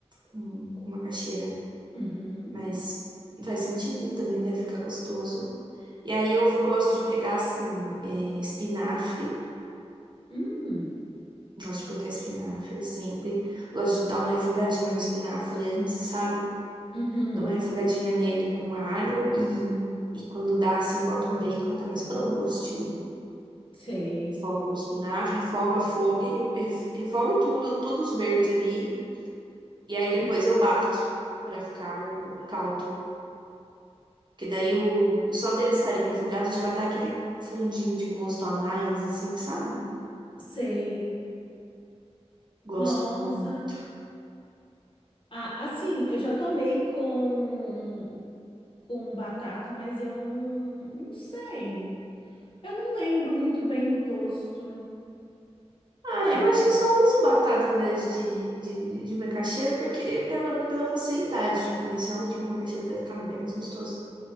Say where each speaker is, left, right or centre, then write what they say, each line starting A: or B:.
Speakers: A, on the right; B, on the left.
A: com, com macaxeira.
B: Uhum.
A: Mas faz sentido também, deve ficar gostoso. E aí eu gosto de pegar, assim, é, espinafre.
B: Hum.
A: Gosto de botar espinafre sempre. Gosto de dar uma refogadinha no espinafre antes, sabe?
B: Uhum.
A: Dá uma refogadinha nele com alho e, e quando dá, assim, bota um bacon também, só pra dar um gostinho.
B: Sei.
A: Refogo o espinafre, refoga fogo, refogo tudo, todos verdes ali. E aí depois
B: Hum.
A: eu bato pra ficar o, o caldo. Que daí o, só deles estarem refogados já dá aquele fundinho de gosto a mais, assim, sabe?
B: Sei.
A: Gosto
B: Nossa.
A: muito.
B: Ah, assim, eu já tomei com com batata, mas eu não, não sei. Eu não lembro muito bem do gosto.
A: Ah,
B: Deve.
A: eu acho que só uso batata em vez de, de, de macaxeira porque pela, pela facilidade. Mas realmente com macaxeira deve ficar bem mais gostoso.